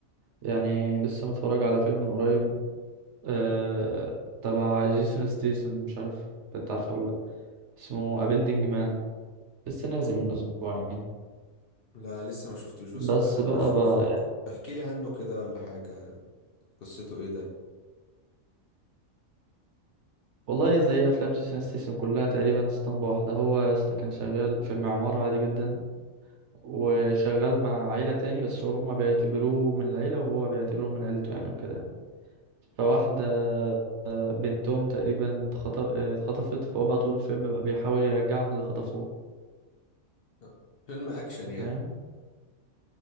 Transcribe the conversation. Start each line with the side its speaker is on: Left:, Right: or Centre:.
Right: يعني لسه متفرج على فيلم من قريب آه... تبع جيسون ستيسن مش عارف انت عارفه ولا لا اسمه أبيلدينج مان لسه نازل من اسبوعين
Left: لا لسه ما شفتوش بس
Right: بس
Left: ممكن ابقى
Right: بقى,
Left: اشوفه
Right: بقى
Left: ك-
Right: يعني،
Left: احكي لي عنه كده ولا حاجة قصته ايه ده
Right: والله زي افلام جيسون ستيسن كلها تقريبا اسطمبة واحدة هو يا اسطى كان شغال في المعمار عادي جدا وشغال مع عيلة تاني بس هما بيعتبروه من العيلة وهو بيعتبره من عيلته يعني وكده يعني فواحدة بنتهم تقريبا اتخط- اه، اتخطفت فهو بقى طول الفيلم بقى بيحاول يرجعها من اللي خطفوه
Left: أه، فيلم اكشن
Right: انت
Left: يعني
Right: فاهم